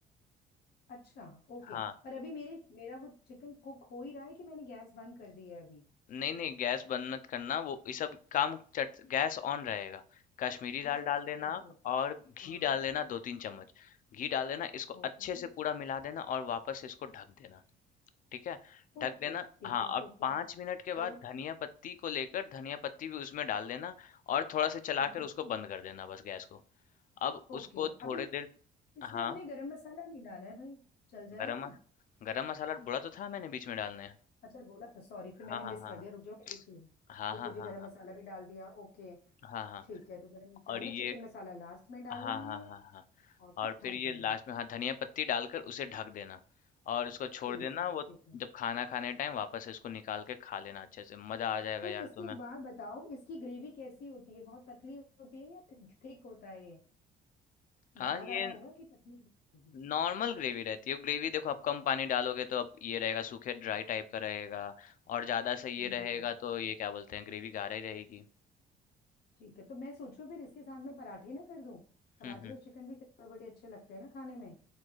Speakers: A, on the left; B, on the left.
A: अच्छा ओके
B: हाँ
A: पर अभी मेरे मेरा वो चिकन कुक हो ही रहा है कि मैंने गैस बंद कर दिया है अभी
B: नहीं, नहीं गैस बंद मत करना वो ये सब काम चट गैस ऑन रहेगा। कश्मीरी दाल
A: अच्छा अच्छा
B: डाल देना
A: ओके
B: आप और घी
A: हाँ
B: डाल देना 2-3 चम्मच। घी डाल देना इसको
A: ओके
B: अच्छे से पूरा मिला देना और वापस इसको ढक देना, ठीक है?
A: ओके
B: ढक देना
A: ठीक
B: हाँ
A: है
B: और
A: ठीक
B: 5
A: है
B: मिनट के
A: फिर
B: बाद धनिया पत्ती को लेकर धनिया पत्ती भी उसमें डाल देना और थोड़ा सा चलाकर
A: हम्म,
B: उसको बंद कर देना बस गैस को। अब
A: ओके
B: उसको
A: अभी
B: थोड़ी देर
A: इसमें
B: हाँ,
A: हमने गरम मसाला नहीं डाला है भाई चल जाएगा
B: गरम मस गरम मसाला बोला तो था मैंने बीच में डालने।
A: अच्छा बोला था सॉरी फिर मैंने
B: हाँ, हाँ,
A: मिस
B: हाँ।
A: कर दिया रुक जाओ मैं लिख लूँ
B: हाँ,
A: ठीक
B: हाँ,
A: है जी
B: हाँ,
A: गरम
B: हाँ।
A: मसाला भी डाल दिया ओके
B: हाँ, हाँ
A: ठीक है तो गरम मसाला
B: और ये
A: चिकन मसाला लास्ट में डालना
B: हाँ, हाँ,
A: है
B: हाँ, हाँ।
A: और फिर
B: और फिर
A: ढक
B: ये
A: देना
B: लास्ट
A: है
B: में हाँ धनिया पत्ती डालकर उसे ढक देना और इसको
A: ठीक
B: छोड़ देना
A: है ठीक
B: वो
A: है
B: जब खाना खाने टाइम वापस इसको निकाल के खा लेना अच्छे से मजा आ जाएगा
A: तो
B: यार
A: इसके
B: तुम्हें
A: एक बात बताओ इसकी ग्रेवी कैसी होती है बहुत पतली होती है या थिक होता है ये
B: हाँ
A: गाढ़ा गाढ़ा
B: ये
A: होगा कि पतली ग्रेवी होगी
B: नॉर्मल ग्रेवी रहती है ग्रेवी देखो आप कम पानी डालोगे तो अब ये रहेगा सूखे ड्राई टाइप का रहेगा और ज्यादा
A: हम्म
B: से ये रहेगा तो
A: हम्म,
B: ये क्या बोलते हैं ग्रेवी गाढ़ा ही रहेगी
A: ठीक है तो मैं सोचूं फिर इसके साथ में पराठे ना कर दूं पराठे
B: हम्म हम्म
A: और चिकन भी कई बार बड़े अच्छे लगते हैं ना खाने में